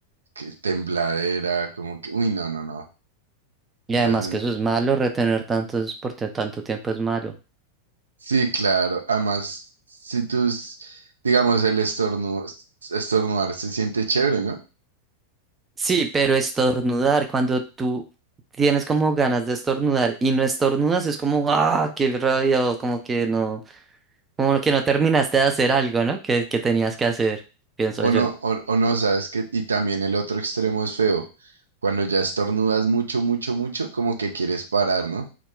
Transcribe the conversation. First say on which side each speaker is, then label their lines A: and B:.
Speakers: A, on the right (about 75°); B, on the right (about 15°).
A: que tembladera, como que, uy, no, no, no.
B: Y
A: Esas
B: además
A: sen-
B: que eso es malo, retener tantos por t- tanto tiempo es malo.
A: Sí, claro. Además, si tú, s- digamos, el estornu- estornudar se siente chévere, ¿no?
B: Sí, pero estornudar, cuando tú tienes como ganas de estornudar y no estornudas, es como, ah, qué rabia, o como que no. Como que no terminaste de hacer algo, ¿no? Que, que tenías que hacer, pienso
A: O
B: yo.
A: no, o, o no, sabes que, y también el otro extremo es feo. Cuando ya estornudas mucho, mucho, mucho, como que quieres parar, ¿no?